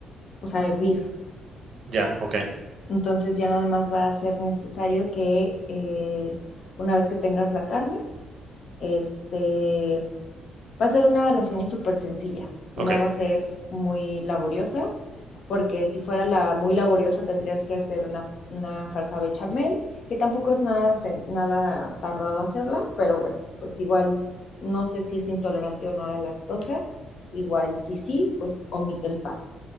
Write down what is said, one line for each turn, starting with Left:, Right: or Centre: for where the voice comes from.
Left: o sea, hervir.
Right: ya, ok,
Left: Entonces ya nada más va a ser necesario que eh, una vez que tengas la carne, este, Va a ser una lasaña súper sencilla, no
Right: ok,
Left: va a ser muy laboriosa, porque si fuera la muy laboriosa tendrías que hacer una, una salsa bechamel, que tampoco es nada, sen- nada tardado hacerla, pero bueno, pues igual no sé si es intolerante o no a la lactosa, igual si sí, pues omite el paso,